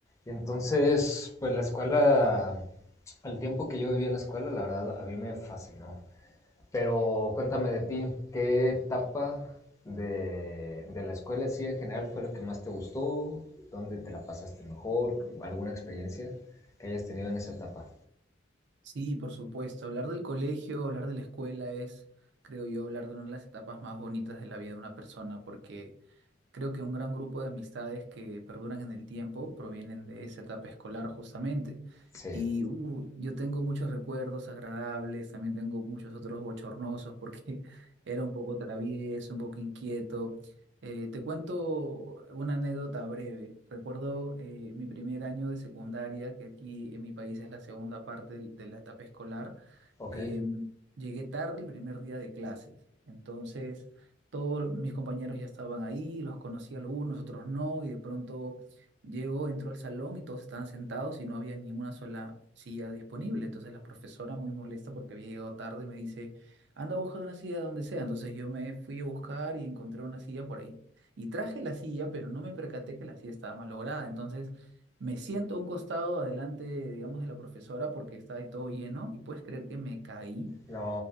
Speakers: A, on the left; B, on the right.
A: Y entonces, pues la escuela, el tiempo que yo viví en la escuela, la verdad, a mí me fascinó. Pero cuéntame de ti, ¿qué etapa de, de la escuela en sí en general fue la que más te gustó? ¿Dónde te la pasaste mejor? ¿Alguna experiencia que hayas tenido en esa etapa?
B: Sí, por supuesto. Hablar del colegio, hablar de la escuela es, creo yo, hablar de una de las etapas más bonitas de la vida de una persona, porque Creo que un gran grupo de amistades que perduran en el tiempo provienen de esa etapa escolar justamente.
A: Sí,
B: Y uh, yo tengo muchos recuerdos agradables, también tengo muchos otros bochornosos porque <laughs> era un poco travieso, un poco inquieto. Eh, te cuento una anécdota breve. Recuerdo eh, mi primer año de secundaria, que aquí en mi país es la segunda parte del- de, la etapa escolar.
A: ok.
B: Em, llegué tarde el primer día de clases. Entonces... Todos los- mis compañeros ya estaban ahí, los conocí algunos, otros no, y de pronto llegó, entró al salón y todos estaban sentados y no había ninguna sola silla disponible. Entonces la profesora, muy molesta porque había llegado tarde, me dice, anda a buscar una silla donde sea. Entonces yo me fui a buscar y encontré una silla por ahí. Y traje la silla, pero no me percaté que la silla estaba malograda. Entonces me siento a un costado adelante, digamos, de la profesora porque estaba ahí todo lleno y puedes creer que me caí
A: No,